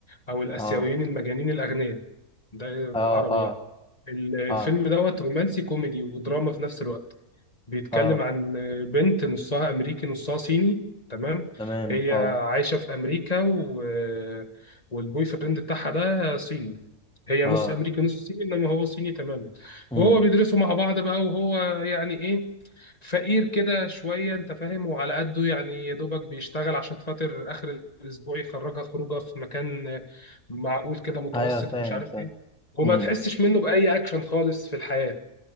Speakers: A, on the left (about 25°); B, in the centre.
A: او الاسيويين
B: اه
A: المجانين الاغنياء ده
B: اه
A: بالعربي
B: اه
A: يعني ال- الفيلم
B: اه
A: دوت رومانسي كوميدي ودراما في نفس الوقت بيتكلم
B: اه
A: عن بنت نصها امريكي نصها صيني تمام
B: تمام
A: هي
B: اه
A: عايشه في امريكا و... والبوي فريند بتاعها ده صيني هي
B: اه
A: نص امريكي نص صيني انما هو صيني تماما
B: امم
A: وهو بيدرسوا مع بعض بقى وهو يعني ايه فقير كده شويه انت فاهم وعلى قده يعني يا دوبك بيشتغل عشان خاطر اخر الاسبوع يخرجها خروجه في مكان معقول كده متوسط
B: ايوه فاهم
A: ومش عارف
B: فاهم
A: ايه وما
B: امم
A: تحسش منه باي اكشن خالص في الحياه